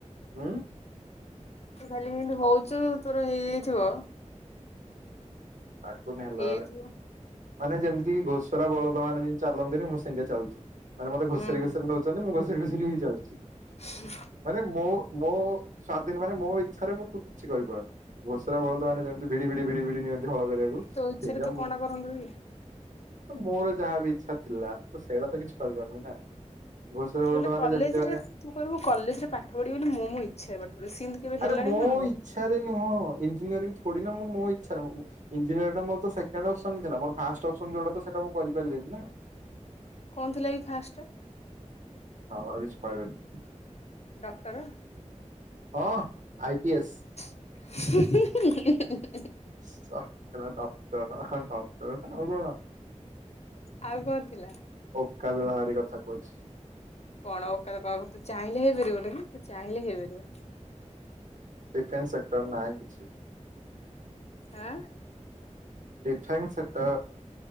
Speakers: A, on the right; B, on the left.
A: ହଁ
B: ତୁ ଖାଲି ଏତି ହଉଛୁ ତୋର ହେଇଯାଇଥିବ।
A: ପାଟୁନ ହେଲା
B: ହେଇଯାଇଥିବ
A: ବଳେ ମାନେ ଯେମିତି ଘୋଷରା ବଳଦ ମାନେ ଯେ ଚାଲନ୍ତିନି ମୁଁ ସେଇା ଚାଲୁଚି। ମାନେ ମତେ
B: ହୁଁ
A: ଘୋସାରି ଘଷରି ନଉଛନ୍ତି, ମୁଁ ଘୁସୁରି ଘଷୁରି ହେଇ ଯାଉଛି।
B: ହୁଁ
A: ମାନେ ମୋ ମୋ ସ୍ଵାଧୀନ ମାନେ ମୋ ଇଚ୍ଛା ରେ ମୁଁ କିଛି କରିପାରୁନି। ଘୋଷରା ବଳଦ ମାନେ ଯେମତି ଭିଡି ଭିଡି ଭିଡି ଭିଡି ନିଅନ୍ତି ହଳ କରିବାକୁ
B: ତୋ ଇଚ୍ଛାରେ
A: ସେଇ
B: ତୁ
A: ମୁଁ
B: କଣଟା କରନ୍ତୁ କି
A: ତ ମୋର ଯାହା ବିି ଇଚ୍ଛା ଥିଲା ତ ସେଇଟା ତ କିଛି କରିବାରନି ନା। ଘୋଷରେ
B: ବୋଲେ
A: ବଳଦ ମାନେ
B: କଲେଜ୍
A: ଯେମିତି ମାନେ
B: ରେ ତୁ କହିବୁ କଲେଜ୍ ରେ ପାଠ ପଢିବି ବୋଲି ମୁଁ ମୋ ଇଚ୍ଛାରେ ପାଠ ପଢିବି, ସିମିତି କେବେ
A: ଆରେ
B: ହେଲାଣି ନା ହବ।
A: ମୋ ଇଚଛାରେ ନୁହଁ ଇଞ୍ଜିୟରିଂ ଥୋଡି ନା ମୁଁ ମୋ ଇଚଛାରେ ମୁଁ ଇଞ୍ଜିୟରିଂ ଟା ମୋର ତ ସେକେଣ୍ଡ ଅପ୍ସନ ଥିଲା, ମୋର ଫାଷ୍ଟ ଅପସନ୍ ଯୋଉଟା ସେଟା ମୁଁ କରିପାରିଲିନି ନା।
B: କଣ ଥିଲା କି ଫାଷ୍ଟ ଟା?
A: ହଉ ଆଉ କିଛି କହିବିନି।
B: ଡକ୍ଟର?
A: ହଁ ଆଇ ପି ଏସ୍।
B: <inaudible>
A: ଉୱା କହିଲା ଡକ୍ଟର ହା ଡକ୍ଟର। ର ଆଉ କଣ?
B: ଆଉ କଣ ଥିଲା?
A: ଓକାଦ ବାହାରି କଥା କହୁଛି।
B: କଣ ଓକାଦ କଣ ତୁ ଚାହିଁଲେ ହେଇପାରିବୁନି କି? ତୁ ଚାହିଁଲେ ହେଇପାରିବୁ?
A: ଡିଫେନ୍ସ ସେକ୍ଟର ନାହିଁ କିଛି।
B: ଆଁ।
A: Defence sector.